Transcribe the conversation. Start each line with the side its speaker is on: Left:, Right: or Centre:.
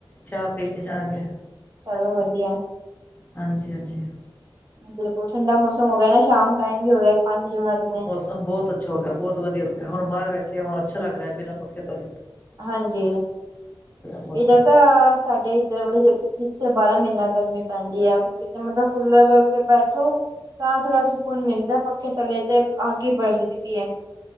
Left: ਚਾਹ ਪੀ ਕੇ ਜਾਣਗੇ।
Right: ਚਲੋ ਵਧੀਆ,
Left: ਹਾਂਜੀ-ਹਾਂਜੀ,
Right: ਬਿਲਕੁਲ ਠੰਡਾ ਮੌਸਮ ਹੋ ਗਿਆ ਨਾ ਸ਼ਾਮ ਟਾਈਮ ਵੀ ਹੋ ਗਿਆ, ਪੰਜ ਵੱਜ ਗਏ।
Left: ਤਾਂ ਬਹੁਤ ਅੱਛਾ ਹੋ ਗਿਆ ਬਹੁਤ ਵਧੀਆ ਹੋ ਗਿਆ, ਹੁਣ ਬਾਹਰ ਬੈਠੀ ਆਂ ਹੁਣ ਅੱਛਾ ਲੱਗ ਰਿਹਾ ਬਿਨਾਂ ਪੱਖੇ ਤੋਂ ਹੀ।
Right: ਹਾਂਜੀ,
Left: ਮੌਸਮ
Right: ਇੱਧਰ ਤਾਂ ਸਾਡੇ ਇੱਧਰ ਵਲੇ ਜੇ ਜਿੱਥੇ ਬਾਰਾਂ ਮਹੀਨਾ ਗਰਮੀ ਪੈਂਦੀ ਹੈ, ਕਿਤੇ ਮਤਲਬ ਕੂਲਰ ਅੱਗੇ ਬੈਠੋ ਤਾਂ ਥੋੜ੍ਹਾ ਸਕੂਨ ਮਿਲਦਾ ਪੱਖੇ ਥੱਲੇ ਤੇ ਅੱਗ ਹੀ ਬਰਸਦੀ ਪਈ ਏ।